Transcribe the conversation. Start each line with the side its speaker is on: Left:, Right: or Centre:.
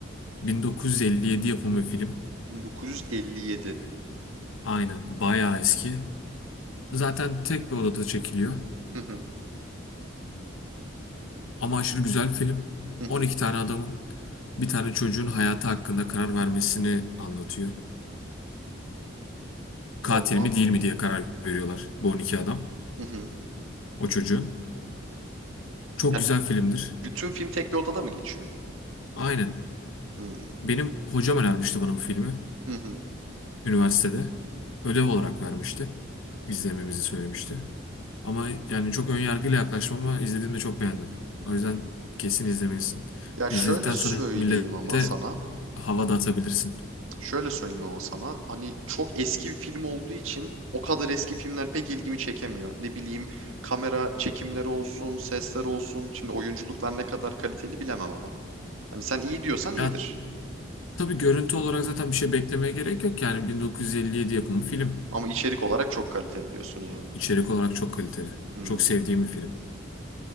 Left: 1957 yapımı bir film.
Right: 1957.
Left: Aynen, bayağı eski. Zaten tek bir odada çekiliyor.
Right: Hı hı.
Left: Ama aşırı güzel bir film.
Right: Hı hı.
Left: 12 tane adamın bir tane çocuğun hayatı hakkında karar vermesini anlatıyor. Katil
Right: Vallahi.
Left: mi değil mi diye karar veriyorlar bu 12 adam.
Right: Hı hı.
Left: O çocuğun. Çok
Right: Yani
Left: güzel filmdir.
Right: bütün film tek bir odada mı geçiyor?
Left: Aynen.
Right: Hı
Left: Benim hocam önermişti bana bu filmi.
Right: hı. hı.
Left: Üniversitede. Ödev olarak vermişti. İzlememizi söylemişti. Ama yani çok önyargıyla yaklaşmam ama izlediğimde çok beğendim. O yüzden kesin izlemelisin.
Right: Ya şöyle
Left: İzledikten
Right: söyleyeyim
Left: sonra millete
Right: ama sana.
Left: hava da atabilirsin.
Right: Şöyle söyleyeyim ama sana. Hani çok eski bir film olduğu için o kadar eski filmler pek ilgimi çekemiyor. Ne bileyim kamera çekimleri olsun, sesler olsun. Şimdi oyunculuklar ne kadar kaliteli bilemem ama. Hani sen iyi diyorsan iyidir.
Left: Ya Tabii görüntü olarak zaten bir şey beklemeye gerek yok yani 1957 yapımı film.
Right: Ama içerik olarak çok kaliteli diyorsun yani.
Left: İçerik olarak çok kaliteli.
Right: Hmm,
Left: Çok sevdiğim bir film.